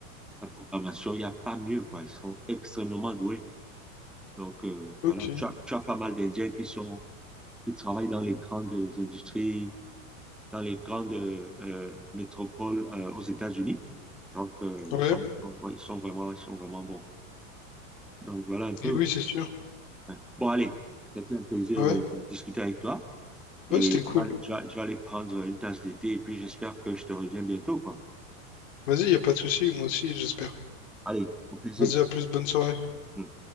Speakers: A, in the centre; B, on the left.
A: la programmation. Il n'y a pas mieux, quoi. Ils sont extrêmement doués. Donc, euh,
B: Ok.
A: voilà. Tu as, tu as pas mal d'Indiens qui sont, qui travaillent dans les grandes industries, dans les grandes euh, métropoles euh, aux États-Unis. Donc, euh,
B: Ouais.
A: ils sont, sont- ouais, ils sont vraiment, ils sont vraiment bons. Donc, voilà un peu,
B: Et oui,
A: quoi.
B: c'est sûr.
A: Ouais. Bon, allez, c'était un plaisir
B: Ouais.
A: de discuter avec toi. Et
B: Ouais, c'était cool.
A: je vais, aller- je vais je vais aller prendre une tasse d'été et puis j'espère que je te reviens bientôt, quoi.
B: Vas-y, y a pas de souci. Moi aussi, j'espère.
A: Allez, au plaisir.
B: Vas-y, à plus. Bonne soirée.
A: Mm.